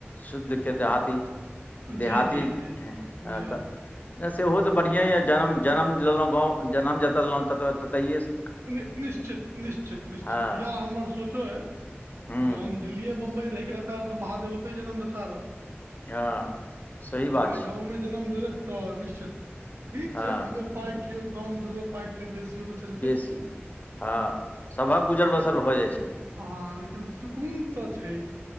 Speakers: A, on the left (about 40°); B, on the right (about 80°).
A: शुद्ध के देहाती-देहाती
B: जी जी जी
A: एं
B: जी
A: तऽ नहि सेहो तऽ बढ़िएँ यऽ जनम-जनम लेलहुँ गाँव, जनम जतय लेलहुँ तत ततहिए स
B: नि निश्चित-निश्चित-निश्चित
A: हँ
B: इएह हमर सोचो एय
A: हूँ
B: जहन दिल्लीे बम्बई रहिके रहता र त, महादेव ओतय जनम देता र।
A: हँ सही
B: जहन
A: बात
B: अय
A: छै
B: गाँवमे जनम देलैथ तऽ निश्चित ठीक
A: हँ
B: छै दूगो पाइ कियो कम, दूगो पाइ कियो बेसी, ओ तऽ छ
A: बेसी, हँ सभक गुजर
B: लेकिन
A: बसर भऽ जाइ छै।
B: हँ लेकिन सुकून तऽ छै,